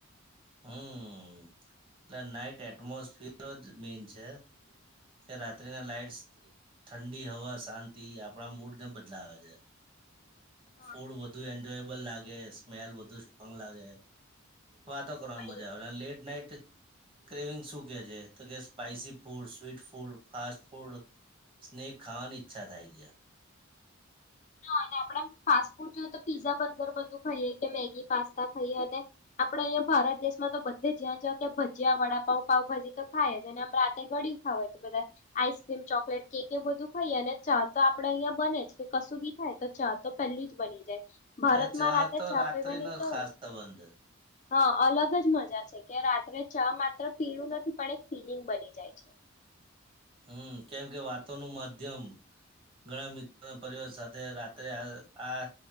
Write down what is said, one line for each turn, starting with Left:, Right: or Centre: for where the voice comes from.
Right: હમ એટલે નાઈટ એટમોસફિયર જ મેન છે, કે રાત્રિના લાાઈટ ઠંડી હવા શાંતિ આપણા મૂડને બદલાવે છે.
Left: હા
Right: ફૂડ વધુ એન્જોય બ લાગે સ્મેલ બધું સ્ટ્રોંગ લાગે વાત કરવા
Left: હા
Right: મજા
Left: એ
Right: આવે લેટ નાટ ક્રેવિંગ શું કે છે તો કે spicy food, sweet food, fast food snack ખાવાની ઈચ્છા થાય છે.
Left: હ અને આપણેે ફાસ્ટ ફૂડ જોએ તો પીઝા બર્ગર બધું ખાઈએ, કે મેગી પાસ્તા ખાઈએ અને આપડે અહંયા ભારત દેશમાં તો બધે જ્યાં જ કે ભજીયા વડાપઉ પાઉભાજી તો ખાય જ અને આમ રાતે ગળિયું ખાવય તો બધા આઈસક્રીમ ચોકલેટ કેક એું બધું ખાઈએ અને ચા તો આપડે અહંયા બને જ કે કશું બી થાય તો ચા તો પેહેલી જ બની જાય. ભારતમાં
Right: એ ચાહતો
Left: રાતે ચા
Right: રાત્રિનો
Left: પીવાની
Right: જ
Left: તો
Right: ખાસ સંબંધ
Left: હા અલગ જ મજા છે કે રાત્રે ચા માત્ર પીણું નથી પણ એક ફીલિંગ બની જાય છે.
Right: હમ કેમ કે વાતો નું માધ્યમ ઘણા મિત્રોના પરિવાર સાથે રાત્રે આ આ